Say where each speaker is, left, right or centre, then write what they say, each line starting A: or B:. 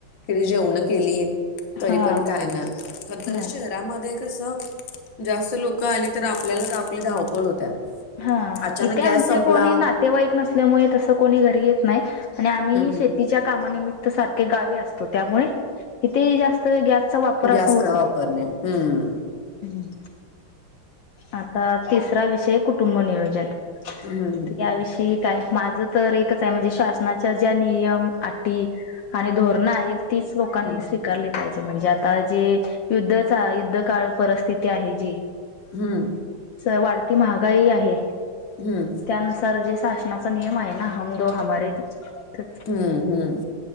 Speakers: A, on the left; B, on the left.
A: किती जेवणं केली तरी
B: हा
A: पण काय नाय तर
B: नाही
A: शहरामध्ये कसं जास्त लोक आली तर आप आपल्यालाच आपली धावपळ होत्या
B: हा
A: अचानक
B: इथे आमचे
A: गॅस संपला
B: कोणी
A: हम्म
B: नाते तेवाईक नसल्यामुळे तस कोणी घरी येत नाही आणि आम्ही
A: हम्म
B: शेती च्या कामानिमित्त सारखे गावी असतो त्यामुळे इथेही जास्त गॅसचा वापर असा
A: गॅस
B: होत
A: काय वापरणे
B: नाही
A: हम्म
B: हम् आता तिसरा विषय कुटुंब नियोजन
A: हम्म
B: त्या याविषयी काय माझं तर एकच आहे म्हणजे शासनाच्या ज्या नियम, अटी आणि धोरणं आहेत तीस लोकांनी
A: हम्म
B: शिक कारली पाहिजे म्हणजे आता जी युद्ध काळ, युद्ध काळ परिस्थिती आहे जी
A: हम्म
B: स वाढती महागाई आहे
A: हम्म
B: त्यानुसार जे शासनाचा नियम आहे ना हम दो हमारे दो
A: हम्, हम